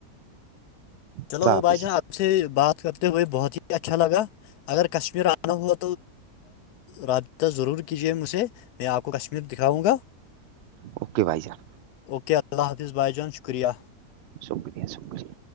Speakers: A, on the left; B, on the right.
A: چلو
B: خدا حافظ
A: بھائی جان آپ سے بات کرتے ہوئے بہت ہی اچھا لگا اگر کشمیر آنا ہوا رابطہ ضرور کیجیے مجھے میں آپ کو کشمیر دکھاؤں گا
B: اوکے بھائی جان
A: اوکے اللہ حافظ بائی جان شکریہ
B: شکریہ شکریہ